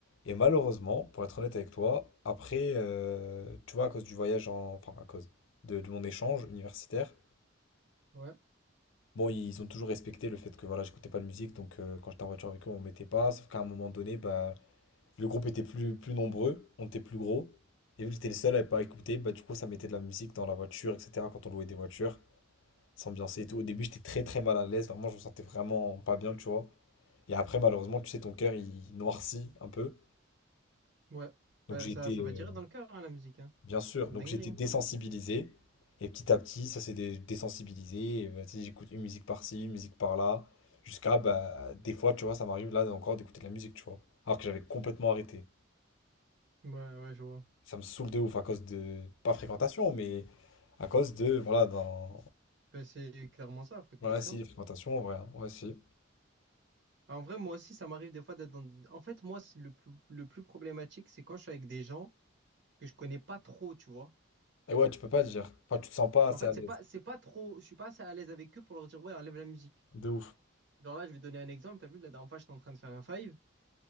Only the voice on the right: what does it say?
ouais,
ouais.
Bah,
ça,
ça
va direct dans le cœur, hein, la musique, hein.
C'est
une dinguerie,
hein.
Ouais, ouais, je vois.
Bah, c'est clairement ça, fréquentation.
En vrai, moi aussi, ça m'arrive des fois d'être dans... des- En fait, moi, c'est le plus, le plus problématique, c'est quand je suis avec des gens que je connais pas trop, tu vois.
En fait,
c'est pas, c'est pas trop. Je suis pas assez à l'aise avec eux pour leur dire, ouais, enlève la musique.
Genre là, je vais donner un exemple. T'as vu, la dernière fois, j'étais en train de faire un five.